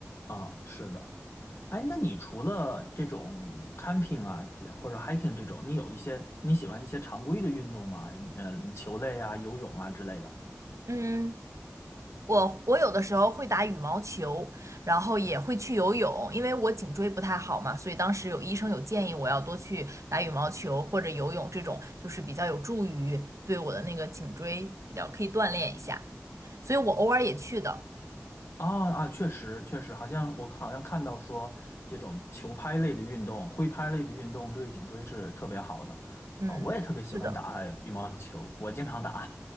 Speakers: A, on the left (about 60°); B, on the right (about 85°).
A: 啊，是的。哎，那你除了这种 camping 啊，或者 hiking 这种，你有一些你喜欢一些常规的运动吗？呃，球类啊、游泳啊之类的。
B: 嗯，我我有的时候会打羽毛球，然后也会去游泳，因为我颈椎不太好嘛，所以当时有医生有建议我要多去打羽毛球或者游泳这种，就是比较有助于对我的那个颈椎比较可以锻炼一下，所以我偶尔也去的。
A: 啊啊，确实确实，好像我好像看到说，这种球拍类的运动、挥拍类的运动对颈椎是特别好的啊。
B: 嗯，
A: 我也特别喜欢打羽毛球，
B: 是的，
A: 我经常打，